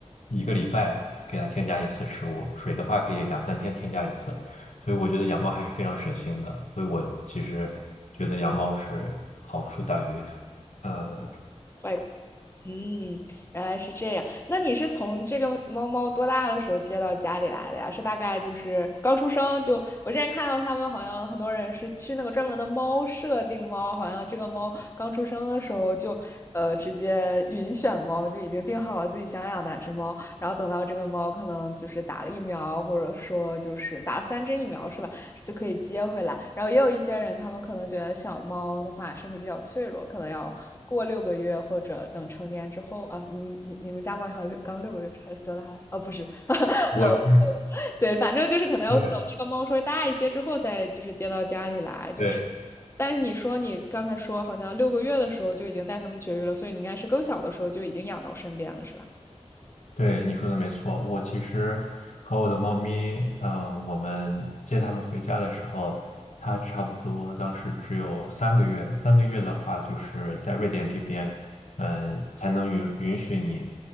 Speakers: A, on the left; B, on the left.
A: 一个礼拜给它添加一次食物，水的话可以两三天添加一次。所以我觉得养猫还是非常省心的。所以我其实觉得养猫是好处大于，呃，
B: 坏，嗯，原来是这样。那你是从这个猫猫多大的时候接到家里来的呀？是大概就是刚出生就，我之前看到他们好像很多人是去那个专门的猫舍定猫，好像这个猫刚出生的时候就，呃，直接云选猫就已经定好了自己想养哪只猫。然后等到这个猫可能就是打了疫苗，或者说就是打了三针疫苗是吧，就可以接回来。然后也有一些人，他们可能觉得小猫的话身体比较脆弱，可能要过六个月或者等成年之后啊。你你你们家猫好像六刚六个月还是多大？哦，不是，<laughs>
A: 我是
B: 没有，<laughs> 对，反正就是可能要等这个猫稍微大一些之后再就是接到家里来，
A: 对
B: 就是。
A: 对
B: 但是你说你刚才说好像六个月的时候就已经带它们绝育了，所以你应该是更小的时候就已经养到身边了，是吧？
A: 对，你说的没错。我其实和我的猫咪，嗯、呃我们接它们回家的时候，它差不多当时只有三个月。三个月的话，就是在瑞典这边，嗯，才能允允许你